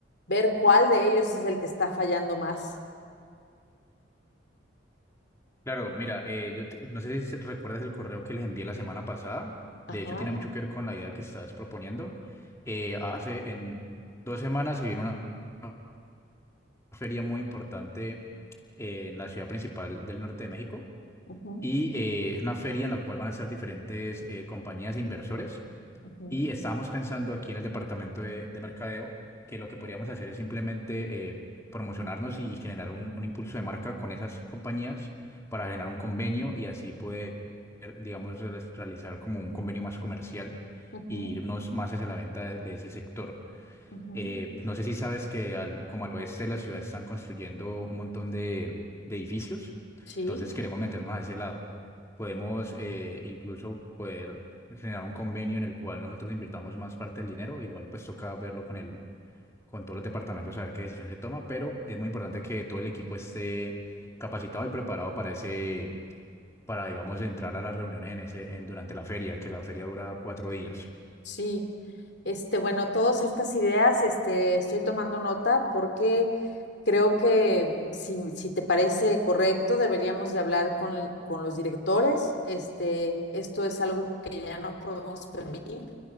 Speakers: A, on the left; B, on the left.
A: ver cuál de ellos es el que está fallando más.
B: Claro, mira, eh, yo te- no sé si recuerdas el correo que les envié la semana pasada.
A: Ajá.
B: De hecho, tiene mucho que ver con la idea que estás proponiendo. Eh, hace en dos semanas se vino una una feria muy importante eh, en la ciudad principal del norte de México
A: ujú,
B: Y eh, es una feria en la cual van a estar diferentes eh, compañías e inversores.
A: ujú,
B: Y estábamos pensando aquí en el departamento de, de mercadeo que lo que podríamos hacer es simplemente eh, promocionarnos y, generar un, un impulso de marca con esas compañías para generar un convenio y así poder, digamos, re- realizar como un convenio más comercial
A: ujú,
B: e irnos más hacia la venta de de ese sector.
A: ujú.
B: Eh, no sé si sabes que al, como al oeste de la ciudad están construyendo un montón de, de edificios,
A: Sí.
B: entonces queremos meternos a ese lado. Podemos eh, incluso poder generar un convenio en el cual nosotros invirtamos más parte del dinero, igual pues toca verlo con el, con todos los departamentos a ver qué decisión se toma, pero es muy importante que todo el equipo esté capacitado y preparado para ese, para digamos entrar a las reuniones en ese, en, durante la feria, que la feria dura cuatro días.
A: Sí, este, bueno, todas estas ideas, este, estoy tomando nota porque creo que si, si te parece correcto, deberíamos de hablar con, con los directores. Este, esto es algo que ya no podemos permitir